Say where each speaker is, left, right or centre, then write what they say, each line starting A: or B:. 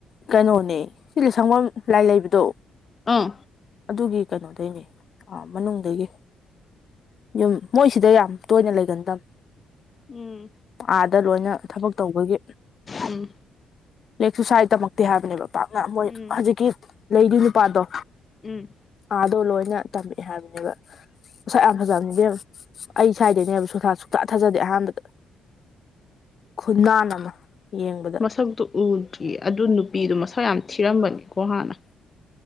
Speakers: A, on the left; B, on the left.
A: ꯀꯩꯅꯣꯅꯦ ꯁꯤ ꯂꯩꯁꯪꯕꯝ ꯂꯥꯏ ꯂꯩꯕꯗꯣ
B: ꯑꯥ
A: ꯑꯗꯨꯒꯤ ꯀꯩꯅꯣꯗꯩꯅꯦ ꯑꯥ ꯃꯅꯨꯡꯗꯒꯤ ꯌꯨꯝ ꯃꯣꯏꯁꯤꯗ ꯌꯥꯝ ꯇꯣꯏꯅ ꯂꯩꯒꯟꯗꯝ
B: ꯎꯝ
A: ꯑꯥꯗ ꯂꯣꯏꯅ ꯊꯕꯛ ꯇꯧꯕꯒꯤ
B: ꯎꯝ
A: ꯂꯩꯔꯤꯛꯁꯨꯨ ꯁꯥꯏ ꯇꯝꯃꯛꯇꯦ ꯍꯥꯏꯕꯅꯦꯕ ꯄꯥꯛꯅ ꯃꯣꯏ
B: ꯎꯝ
A: ꯍꯧꯖꯤꯛꯀꯤ ꯂꯩꯗꯣꯏ ꯅꯨꯄꯥꯗꯣ
B: ꯎꯝ
A: ꯑꯥꯗꯣ ꯂꯣꯏꯅ ꯇꯝꯃꯛꯑꯦ ꯍꯥꯏꯕꯅꯦꯕ ꯃꯁꯛ ꯌꯥꯝ ꯐꯖꯕꯅꯦꯏꯕꯦꯝꯃ ꯑꯩ ꯁ꯭ꯋꯥꯗꯩꯅꯦꯕ ꯁꯨꯡꯊꯥ ꯁꯨꯛꯇꯥ ꯊꯥꯖꯗꯦ ꯑꯍꯥꯟꯕꯗ <inaudible> ꯑꯃ ꯌꯦꯡꯕꯗ
B: ꯃꯁꯛ ꯇꯣ ꯎꯗ꯭ꯔꯤꯌꯦ ꯑꯗꯨ ꯅꯨꯄꯤꯗꯣ ꯃꯁꯛ ꯌꯥꯝ ꯊꯤꯔꯝꯕꯅꯤꯀꯣ ꯍꯥꯟꯅ